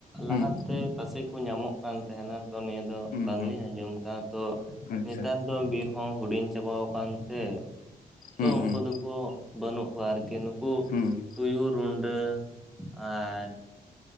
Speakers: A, in the centre; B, on the left (about 65°).
A: ᱞᱟᱦᱟᱛᱮ
B: ᱦᱩᱸ
A: ᱯᱟᱥᱮ ᱠᱚ ᱧᱟᱢᱚᱜ ᱠᱟᱱ ᱛᱟᱦᱮᱱᱟ ᱛᱚ ᱱᱤᱭᱟᱹ ᱫᱚ
B: ᱦᱩᱸ
A: ᱵᱟᱝᱞᱤᱧ
B: ᱦᱩᱸ
A: ᱟᱸᱡᱚᱢ ᱟᱠᱟᱫᱟᱼᱟ ᱛᱚ
B: ᱟᱪᱪᱷᱟ
A: ᱱᱮᱛᱟᱨ ᱫᱚ ᱵᱤᱨ ᱦᱚᱸ ᱦᱩᱰᱤᱧ ᱪᱟᱵᱟ ᱟᱠᱟᱱ ᱛᱮ
B: ᱦᱩᱸ
A: ᱛᱚ ᱩᱱᱠᱩ
B: ᱦᱩᱸ
A: ᱫᱚ ᱛᱚ ᱵᱟᱹᱱᱩᱜ ᱠᱚᱣᱟ ᱟᱨᱠᱤ ᱱᱩᱠᱩ
B: ᱦᱩᱸ
A: ᱛᱩᱭᱩ ᱨᱩᱰᱟᱹ ᱟᱨ